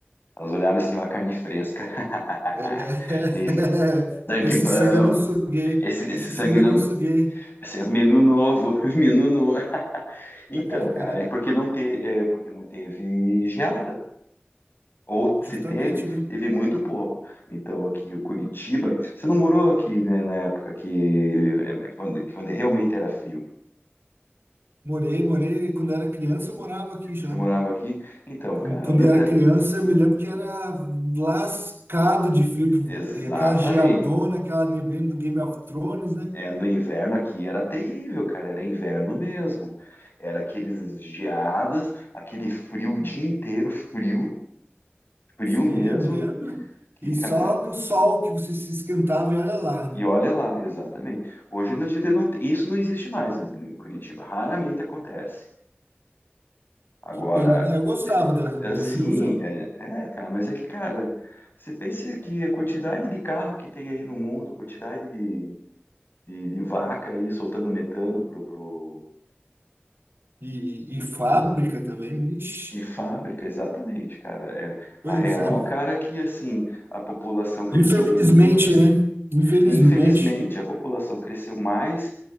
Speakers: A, on the left; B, on the right.
A: Elas olharam assim, ó, a carne fresca. <laughs>
B: É, <laughs>
A: E sangue
B: esse
A: bom.
B: sangue eu não suguei,
A: Esse, esse
B: esse
A: sangue
B: sangue
A: não.
B: eu não suguei.
A: Esse é menu novo. <laughs> Menu novo. <laughs> Então,
B: <laughs>
A: cara, é porque não te, é porque não teve geada. Ou
B: Justamente,
A: se teve,
B: né?
A: teve muito pouco. Então, aqui o Curitiba. Você não morou aqui, né, na época que. é, é, Quando, quando realmente era frio.
B: Morei, morei, quando eu era criança eu morava aqui já,
A: Você morava
B: né?
A: aqui? Então,
B: Como-
A: cara,
B: Quando
A: lembra?
B: eu era criança, eu me lembro que era lascado de frio, que-
A: Exatamente.
B: e aquela geadona, aquela neblina do Game of Thrones, né?
A: É, no inverno aqui era terrível, cara, era inverno mesmo. Era aqueles geadas, aquele frio o dia inteiro, frio, frio
B: Sim,
A: mesmo.
B: eu me lembro. E
A: E,
B: só
A: cara,
B: no sol que você se esquentava e olha lá, né?
A: e olha lá, exatamente. Hoje na gente não, tem- isso não existe mais em Curitiba, raramente acontece. Agora,
B: Que pena, né? Eu gostava da- do
A: é, assim,
B: friozão.
A: é, é, cara, mas é que, cara, você pensa que a quantidade de carro que tem aí no mundo, a quantidade de, de, de vaca aí soltando metano pro, pro,
B: E, e fábrica também. Ixi,
A: E fábrica, exatamente, cara. É
B: pois
A: a real,
B: é.
A: cara, que assim, a população cresceu
B: Infelizmente,
A: muito.
B: né? Infelizmente.
A: Infelizmente, a população cresceu mais,